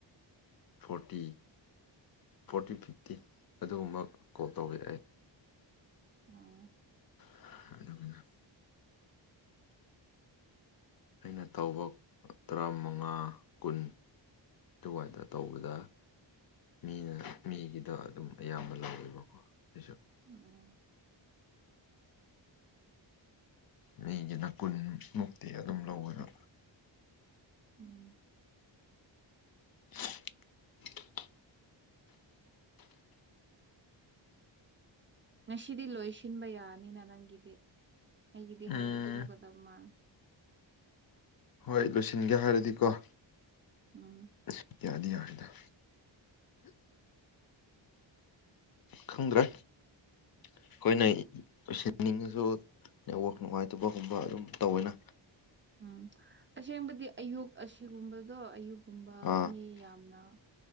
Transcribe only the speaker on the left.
ꯐꯣꯔꯇꯤ ꯐꯣꯔꯇꯤ ꯐꯤꯐꯇꯤ ꯑꯗꯨꯒꯨꯝꯕ ꯀꯣꯜ ꯇꯧꯋꯦ ꯑꯩ
ꯍ ꯑꯩꯅ ꯇꯧꯕ ꯇꯔꯥꯃꯉꯥ ꯀꯨꯟ ꯑꯗꯨꯥꯏꯅ ꯇꯧꯕꯗ ꯃꯤꯅ ꯃꯤꯒꯤꯗꯣ ꯑꯗꯨꯝ ꯑꯌꯥꯝꯕ ꯂꯧꯋꯦꯕꯀꯣ ꯑꯩꯁꯨ
ꯃꯤꯒꯤꯅ ꯀꯨꯟꯃꯨꯛꯇꯤ ꯑꯗꯨꯝ ꯂꯧꯋꯦꯕ
<inaudible>
ꯎꯝ
ꯍꯣꯏ ꯂꯣꯏꯁꯤꯟꯒꯦ ꯍꯥꯏꯔꯗꯤꯀꯣ
ꯑ ꯌꯥꯗꯤ ꯌꯥ ꯍꯥꯏꯦꯗ ꯈꯥꯟꯗ꯭ꯔ ꯑꯩꯈꯣꯏꯅꯁꯤꯅꯤꯡꯉꯁꯨꯋꯥꯛ ꯅꯨꯡꯉꯥꯏꯇꯕꯒꯨꯝꯕ ꯑꯗꯨꯝ ꯇꯧꯋꯦꯅ
ꯑꯥ